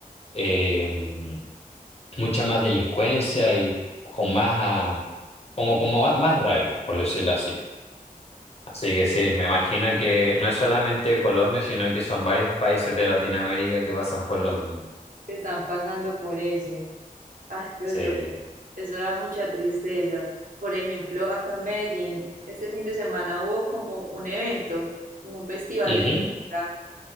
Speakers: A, on the left (about 45°); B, on the right (about 65°).
A: eh, mucha más delincuencia y con más, ah, como, como más más rabia, por decirlo así. Así que sí, me imagino que no es solamente Colombia, sino que son varios países de Latinoamérica que pasan por lo mismo.
B: Que están pasando por eso. Ay, pero
A: Sí.
B: eso Eso da mucha tristeza. Por ejemplo, acá en Medellín, este fin de semana hubo como un evento, como un festival
A: Ujú.
B: de música,